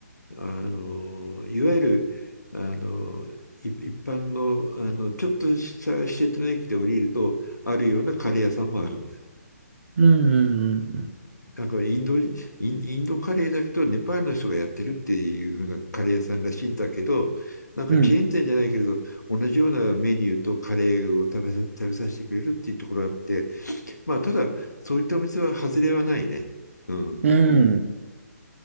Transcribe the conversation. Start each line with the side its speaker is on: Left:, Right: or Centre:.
Left: あの、いわゆる、あの、一般の、あの、ちょっとした施鉄の駅で降りると、あるようなカレー屋さんもある
Right: うん。うん。
Left: なんかインド、インドカレーだけど、ネパールの人がやってるっていう風なカレー屋さんらしいんだけど、なんかチェーン店じゃないけれど、
Right: うん。
Left: 同じようなメニューとカレーを食べさ、食べさせてくれるっていうところがあって、まあ、ただ、そういったお店は外れはないね。うん。
Right: うん。